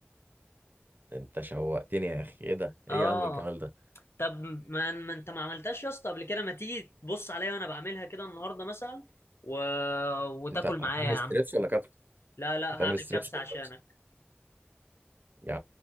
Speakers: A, on the right; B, on the left.
A: انت شوقتني يا اخي ايه ده ايه
B: اه
A: يا عم الجمال ده
B: طب ما, ما انت ما عملتهاش يا اسطى قبل كده ما تيجي تبص عليا وانا بعملها كده النهارده مثلا و... وتاكل
A: انت
B: معايا
A: هتعمل
B: يا عم
A: ستريبس ولا كابس
B: لا لا
A: هتعمل
B: هعمل
A: ستريبس
B: كبسه
A: ولا
B: عشانك
A: كابس يا